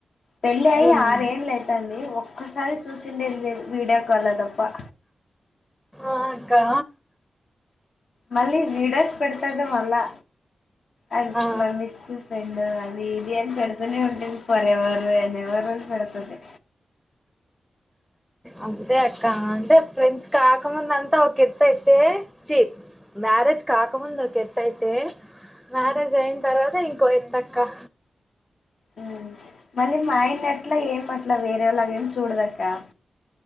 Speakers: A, on the left; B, in the centre.
A: పెళ్ళి అయి
B: మ్మ్
A: ఆరేండ్లు అయితాంది ఒక్కసారి చూసిండేద్ లేద్ వీడియో కాల్లో దప్ప
B: ఆ అక్కా
A: మళ్ళీ వీడోస్ పెడతడు మళ్ళా అ
B: ఆ
A: మా మిస్ ఫెండ్ అది ఇది అని పెడుతూనే ఉంటుంది ఫరెవర్ ఎన్ ఎవరు బస్ బెడతది
B: అంతే అక్క అంటే ఫ్రెండ్స్ కాకముందంతా ఒకెత్తైతే చి మ్యారేజ్ కాకముందు ఒకెత్తైతే మ్యారేజ్ తర్వాత ఇంకో ఎత్తక్క
A: మ్మ్ మరి మాయన అట్ల ఏం అట్ల వేరేలాగేం చూడదక్క <inaudible>